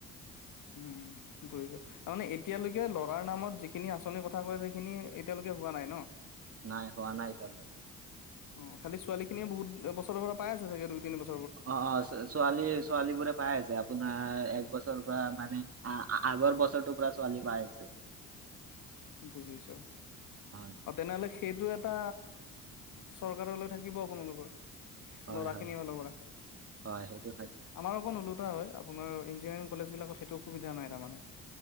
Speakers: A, on the left; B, on the right.
A: উম, <unintelligible> তাৰমানে এতিয়ালৈকে ল'ৰাৰ নামত যিখিনি আঁচনিৰ কথা কৈ আছে। সেইখিনি এতিয়ালৈকে হোৱা নাই ন?
B: নাই হোৱা নাই এতিয়ালৈকে।
A: অ' খালী ছোৱালী খিনি বহুত বছৰ পৰা পাই আছে চাগে দুই তিনি বছৰ
B: অ' অ' ছোৱালী ছোৱালী বোৰে পাই আছে আপোনাৰ এক বছৰৰ পৰা মানে আ আ। আগৰ বছৰটোৰ পৰা ছোৱালী পাই আছে।
A: বুজিছো।
B: হয়
A: তেনে হ'লে সেইটো এটা চৰকাৰলৈ থাকিব আপোনালোকৰ।
B: হয়
A: ল'ৰা
B: হয়
A: খিনি ফালৰ পৰা।
B: হয় সেইটো থাকিব
A: আমাৰ অকণ <unintelligible> হয়, আপোনাৰ ইঞ্জিনাৰিং কলেজ বিলাকত সেইটো অ' সুবিধা নাই তাৰমানে।